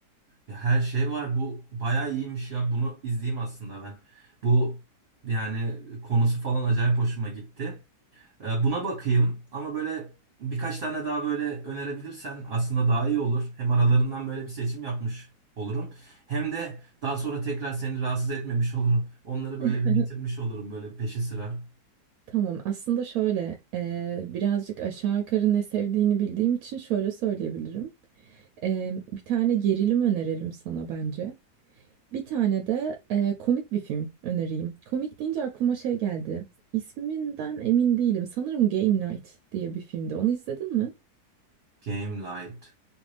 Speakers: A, on the right; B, on the right.
A: Ya Her şey var. Bu bayağı iyiymiş ya. Bunu izleyeyim aslında ben. Bu yani konusu falan acayip hoşuma gitti. Ee, Buna bakayım ama böyle birkaç tane daha böyle önerebilirsen aslında daha iyi olur. Hem aralarından böyle bir seçim yapmış olurum. Hem de daha sonra tekrar seni rahatsız etmemiş olurum. Onları
B: <laughs>
A: böyle bir bitirmiş olurum böyle peşi sıra.
B: Tamam, aslında şöyle eee, birazcık aşağı yukarı ne sevdiğini bildiğim için şöyle söyleyebilirim. Eee, bir tane gerilim önerelim sana bence. Bir tane de eee, komik bir film önereyim. Komik deyince aklıma şey geldi. İsminden emin değilim. Sanırım Game Night diye bir filmdi. Onu izledin mi?
A: Game Night.